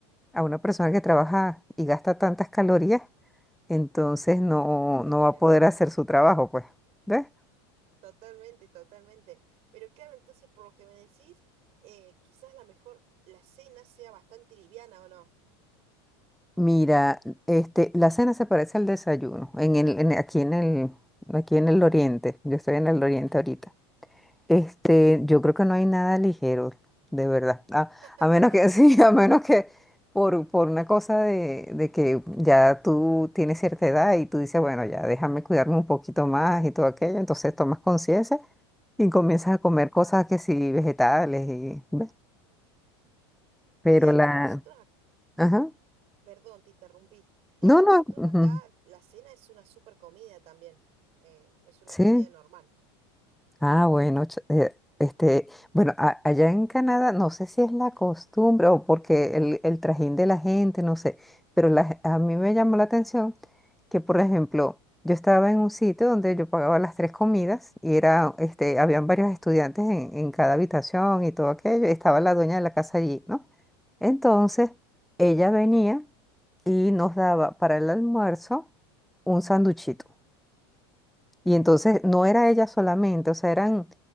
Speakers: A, in the centre; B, on the right.
A: a una persona que trabaja y gasta tantas calorías, entonces no,
B: <laughs>
A: no va a poder hacer su trabajo, pues, ¿ves?
B: Totalmente, totalmente. Pero claro, entonces por lo que me decís, eh, quizás la mejor, la cena sea bastante liviana, ¿o no?
A: Mira, este, la cena se parece al desayuno en el, en- aquí en el, aquí en el oriente. Yo estoy en el oriente ahorita. Este, yo creo que no hay nada ligero, de verdad. A,
B: <laughs>
A: a menos que <laughs> sí, a menos que por, por una cosa de, de que ya tú tienes cierta edad y tú dices, bueno, ya déjame cuidarme un poquito más y todo aquello. Entonces tomas conciencia y comienzas a comer cosas que sí, vegetales y, ¿ves? Pero
B: Sí,
A: la,
B: no, nosotros, ac-
A: ajá.
B: perdón, te interrumpí. Eh,
A: No,
B: nosotros
A: no, ujú,
B: acá la cena es una super comida también. Eh, es una
A: sí.
B: comida normal.
A: Ah, bueno, ch- eh, este, bueno, a- allá en Canadá, no sé si es la costumbre o porque el, el trajín de la gente, no sé, pero la ge- a mí me llamó la atención que, por ejemplo, yo estaba en un sitio donde yo pagaba las tres comidas y era, este, habían varios estudiantes en, en cada habitación y todo aquello, estaba la dueña de la casa allí, ¿no? Entonces, ella venía y nos daba para el almuerzo un sanduchito. Y entonces no era ella solamente, o sea, eran,